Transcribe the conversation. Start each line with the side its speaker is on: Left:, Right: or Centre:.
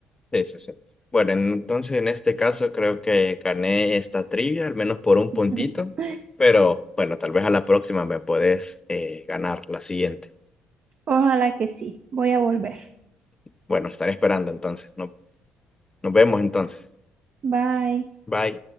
Left: Sí, sí, sí. Bueno, entonces en este caso creo que gané esta trivia, al menos por un puntito,
Right: <laughs>
Left: pero bueno, tal vez a la próxima me podés eh, ganar la siguiente.
Right: Ojalá que sí, voy a volver.
Left: Bueno, estaré esperando entonces. No- nos vemos entonces.
Right: Bye.
Left: Bye.